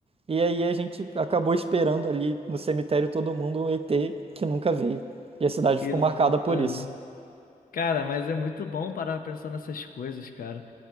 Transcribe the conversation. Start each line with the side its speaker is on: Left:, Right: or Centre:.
Right: E aí a gente acabou esperando ali no cemitério todo mundo um ET que nunca veio. E a cidade
Left: exatamente.
Right: ficou marcada por isso.
Left: Cara, mas é muito bom parar pra pensar nessas coisas, cara.